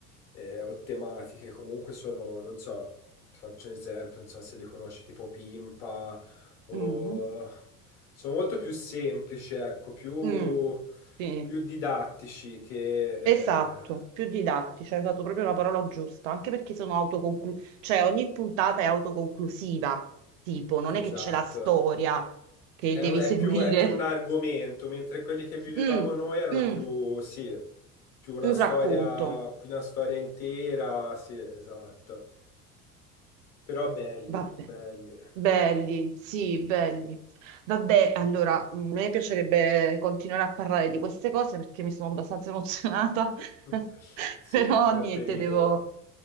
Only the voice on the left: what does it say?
eh, o tematiche, comunque sono, non so, ti faccio un esempio, non so se li conosci, tipo Pimpa, o...
sono molto più semplici, ecco, più,
più didattici che...
eh,
Esatto.
È,
un- è
più, è più un argomento, mentre quelli che vivevamo
noi erano
più, sì, più una
storia,
più una storia intera, sì, esatto. Però belli,
belli.
<laughs>
Sì,
un bel
periodo.